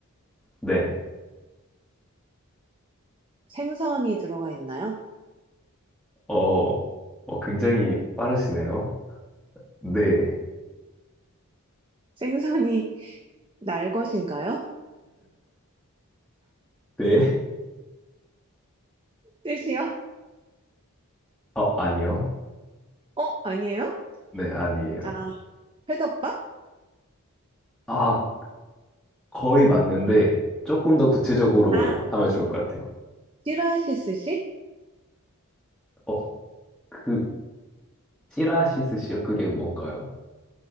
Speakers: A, in the centre; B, on the right.
A: 네.
B: 생선이 들어가 있나요?
A: 어, 어, 굉장히 빠르시네요. 네,
B: 생선이 <laughs> 날 것인가요?
A: 네.
B: 뜻이요?
A: 어, 아니요,
B: 어, 아니에요?
A: 네, 아니에요.
B: 아, 회덮밥?
A: 아, 거의 맞는데 조금 더 구체적으로
B: 아,
A: 하면 좋을 것 같아요.
B: 찌라시 스시?
A: 어, 그, 찌라시 스시요? 그게 뭔가요?